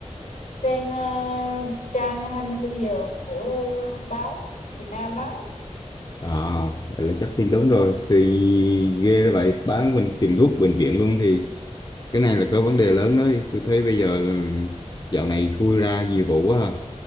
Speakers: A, on the left; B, on the left.
A: trên à, trang 24 giờ của báo Việt Nam đó
B: À, vậy là chắc tin đúng rồi. Thì ghê đó vậy, bán mình tìm thuốc bệnh viện luôn thì cái này là có vấn đề lớn đấy. Tôi thấy bây giờ ừ, dạo này khui ra nhiều vụ quá à.